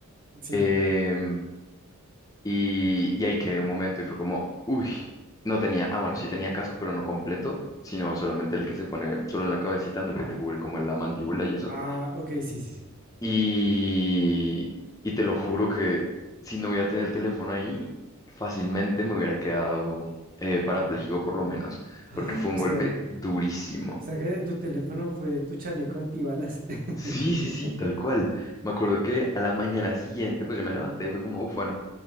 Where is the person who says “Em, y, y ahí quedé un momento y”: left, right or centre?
Left